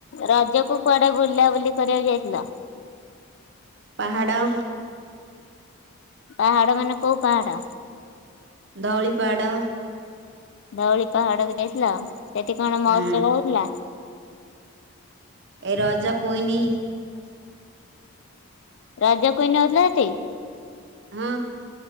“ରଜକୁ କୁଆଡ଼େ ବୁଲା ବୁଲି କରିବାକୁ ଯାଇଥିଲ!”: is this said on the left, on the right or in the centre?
Left